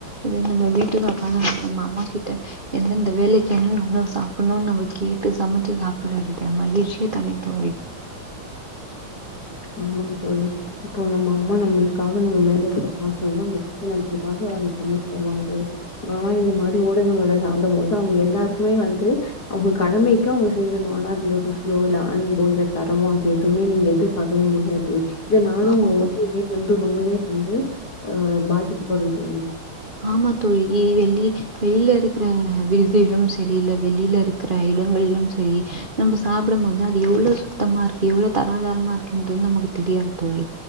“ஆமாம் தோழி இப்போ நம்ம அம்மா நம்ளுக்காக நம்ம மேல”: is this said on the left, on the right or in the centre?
Left